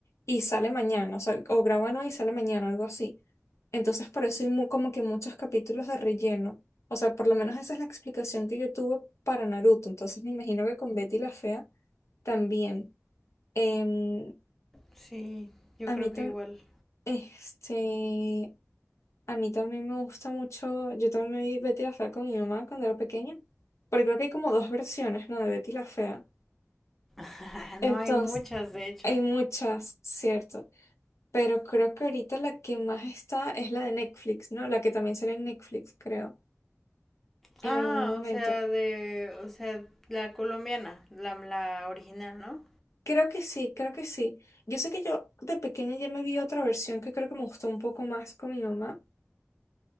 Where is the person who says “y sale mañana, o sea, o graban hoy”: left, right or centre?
Left